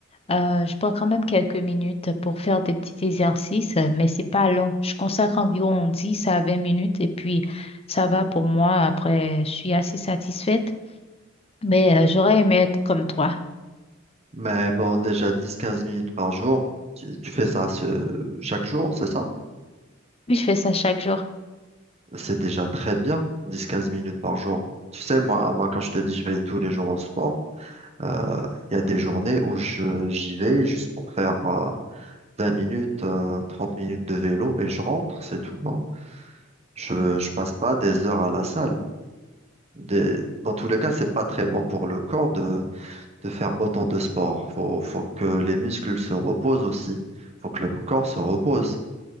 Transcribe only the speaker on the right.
Mais bon, déjà dix quinze minutes par jour, tu, tu fais ça ce- chaque jour, c'est ça?
C'est déjà très bien, dix quinze minutes par jour. Tu sais, moi, moi, quand je te dis je vais tous les jours au sport, euh, il y a des journées où je, j'y vais juste pour faire euh, 20 minutes, euh, 30 minutes de vélo et je rentre, c'est tout, hein. Je, je passe pas des heures à la salle. Des- dans tous les cas, c'est pas très bon pour le corps de, de faire autant de sport. Faut, faut que les muscles se reposent aussi. Faut que le corps se repose.